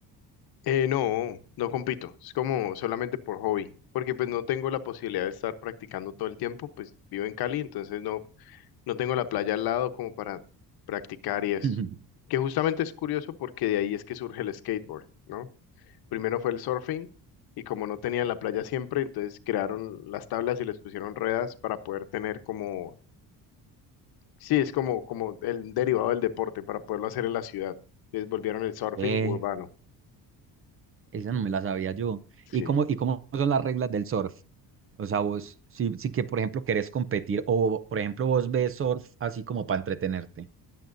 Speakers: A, on the left; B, on the right.
A: Eh, no, no compito, es como solamente por hobby, porque pues no tengo la posibilidad de estar practicando todo el tiempo, pues vivo en Cali, entonces no, no tengo la playa al lado como para practicar y esto.
B: <laughs>
A: Que justamente es curioso porque de ahí es que surge el skateboard, ¿no? Primero fue el surfing y como no tenían la playa siempre, entonces crearon las tablas y les pusieron ruedas para poder tener como, sí, es como, como el derivado del deporte para poderlo hacer en la ciudad. Les volvieron el surfing
B: Eh,
A: urbano.
B: Esa no me la sabía yo.
A: Sí.
B: ¿Y cómo, y cómo son las reglas del surf? O sea, vos, si, si que, por ejemplo, querés competir o, por ejemplo, vos ves surf así como para entretenerte,